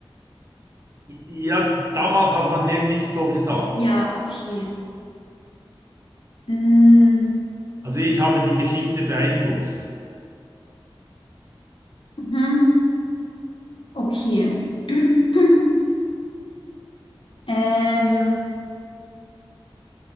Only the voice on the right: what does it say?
Ja, damals hat man dem nicht so gesagt.
Also ich habe die Geschichte beeinflusst.